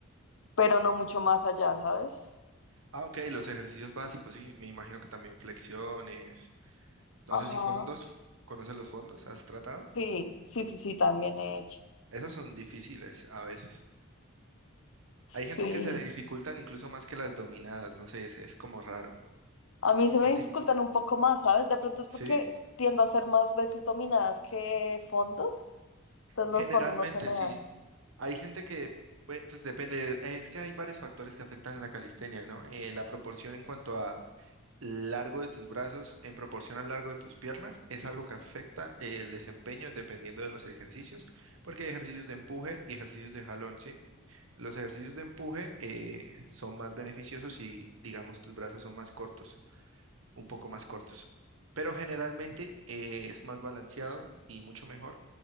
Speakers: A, on the left; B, on the right.
A: pero no mucho más allá, ¿sabes?
B: Ah, ok, los ejercicios básicos, sí, me imagino que también flexiones. No sé
A: Ajá.
B: si fondos, ¿conoces los fondos? ¿Has tratado?
A: Sí, sí, sí, sí, también he hecho.
B: Esos son difíciles a veces. Hay
A: Sí.
B: gente que se le dificultan incluso más que las dominadas, no sé, es, es como raro.
A: A mí se me
B: ¿A
A: dificultan
B: ti?
A: un poco más, ¿sabes? De pronto es
B: ¿Sí?
A: porque tiendo a hacer más veces dominadas que fondos, entonces
B: Generalmente
A: los fondos no se me
B: sí.
A: dan.
B: Hay gente que, pues, pues, depende, es que hay varios factores que afectan la calistenia, ¿no? Eh, la proporción en cuanto a largo de tus brazos en proporción al largo de tus piernas es algo que afecta eh, el desempeño dependiendo de los ejercicios, porque hay ejercicios de empuje y ejercicios de jalón, ¿sí? Los ejercicios de empuje eh, son más beneficiosos si, digamos, tus brazos son más cortos. un poco más cortos. Pero generalmente eh, es más balanceado y mucho mejor